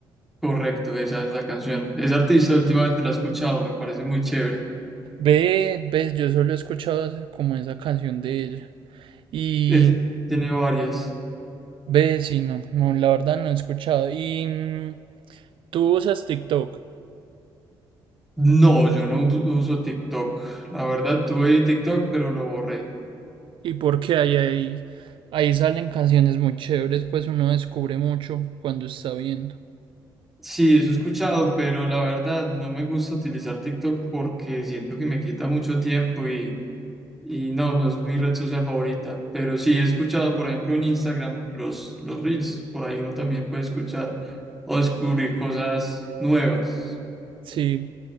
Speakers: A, in the centre; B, on the right.
A: Correcto, esa es la canción. Esa artista últimamente la he escuchado, me parece muy chévere.
B: Ve, ves, yo solo he escuchado ese- como esa canción de ella. Y
A: Es- tiene varias.
B: ve, sí, no, no, la verdad no he escuchado. Y mm, tú usas TikTok.
A: No, yo no u- uso TikTok. La verdad, tuve TikTok, pero lo borré.
B: Y porque ahí, ahí, ahí salen canciones muy chéveres, pues uno descubre mucho cuando está viendo.
A: Sí, eso he escuchado, pero la verdad no me gusta utilizar TikTok porque siento que me quita mucho tiempo y, y no, no es mi red social favorita. Pero sí he escuchado, por ejemplo, en Instagram los, los Reels, por ahí uno también puede escuchar o descubrir cosas nuevas.
B: Sí,